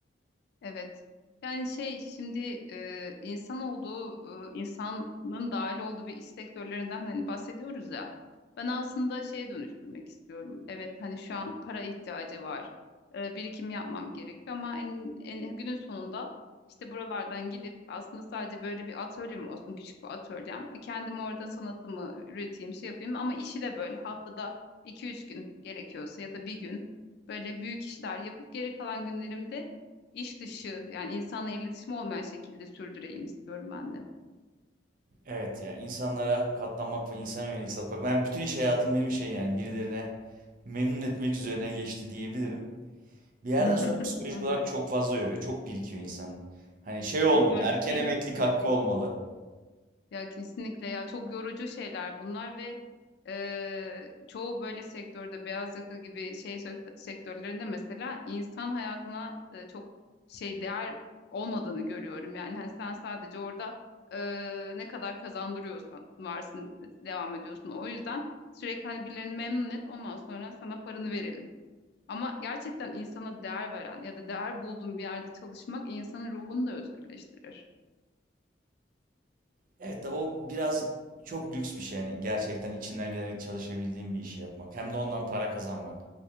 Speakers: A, on the left; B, on the right.
A: Evet. Yani şey şimdi e, insan olduğu, e, insanın dahil olduğu bir iş sektörlerinden hani bahsediyoruz ya. Ben aslında şeye dönüştürmek istiyorum. Evet hani şu an para ihtiyacı var. E, birikim yapmam gerekiyor ama en, en günün sonunda işte buralardan gidip aslında sadece böyle bir atölyem olsun küçük bir atölyem. Kendim orada sanatımı üreteyim, şey yapayım ama işi de böyle haftada iki üç gün gerekiyorsa ya da bir gün böyle büyük işler yapıp geri kalan günlerimde iş dışı yani insanla iletişim olmayan şekilde sürdüreyim istiyorum ben de.
B: Evet yani insanlara katlanmak ve insana yönelik satmak. Ben bütün iş hayatım benim şey yani birilerine memnun etmek üzerine geçti diyebilirim. Bir yerden
A: <laughs>
B: sonra psikolojik
A: Anlıyorum.
B: olarak çok fazla yoruyor. Çok birikiyor insan. Hani şey olmalı,
A: Çok yorucu.
B: erken
A: İz-
B: emeklilik
A: Evet.
B: hakkı olmalı.
A: Ya kesinlikle ya çok yorucu şeyler bunlar ve e, çoğu böyle sektörde beyaz yaka gibi şey sök- sektörlerinde mesela insan hayatına e, çok şey değer olmadığını görüyorum. Yani hani sen sadece orada e, ne kadar kazandırıyorsan varsın devam ediyorsun. O yüzden sürekli hani birilerini memnun et ondan sonra sana paranı verelim. Ama gerçekten insana değer veren ya da değer bulduğun bir yerde çalışmak insanın ruhunu da özgürleştirir.
B: Evet tabii o biraz çok lüks bir şey yani gerçekten içinden gelerek çalışabildiğin bir işi yapmak. Hem de ondan para kazanmak.